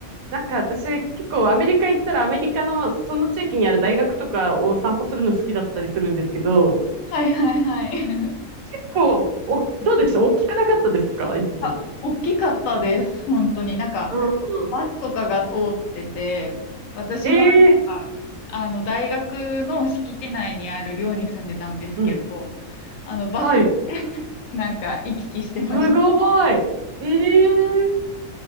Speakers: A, on the right; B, on the left.
A: なんか私結構アメリカ行ったらアメリカのその地域にある大学とかを散歩するの好きだったりするんですけど、
B: はいはいはい。
A: 結構、お、どうでした大きくなかったですか行ったとこ。
B: あ、大きかったです。本当に。なんか、
A: うんうん。
B: バスとかが通ってて、私もなんか、
A: ええ
B: あの、大学の敷地内にある寮に住んでたんですけど、
A: うん。
B: あの、バスで
A: はい。
B: <laughs> なんか行き来してました。
A: すごい。ええ